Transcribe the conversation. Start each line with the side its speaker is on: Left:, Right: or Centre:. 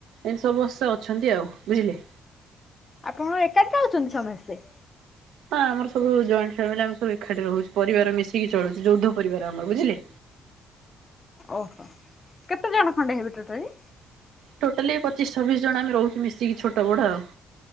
Right: ଏମତି ସମସ୍ତେ ଅଛନ୍ତି ଆଉ ବୁଝିଲେ।
Left: ଆପଣ ଏକାଟି ଖାଉଛନ୍ତି ସମସ୍ତେ?
Right: ହଁ ଆମର ସବୁ ଜଏଣ୍ଟ ଫ୍ୟାମିଲ ଆମେ ସବୁ ଏକାଠି ରହୁ ପରିବାର ମିଶିକି ଚଳୁଚୁ ଯୌଦ୍ଧ ପରିବାର ଆମର ବୁଝିଲେ।
Left: ଓହୋ କେତେଜଣ ଖଣ୍ଡେ ହେବେ ଟୋଟାଲି?
Right: ଟୋଟାଲି ପଚିଶ ଛବିଶ ଜଣ ଆମେ ରହୁଚୁ ମିଶିକି ଛୋଟ ବଡ ଆଉ।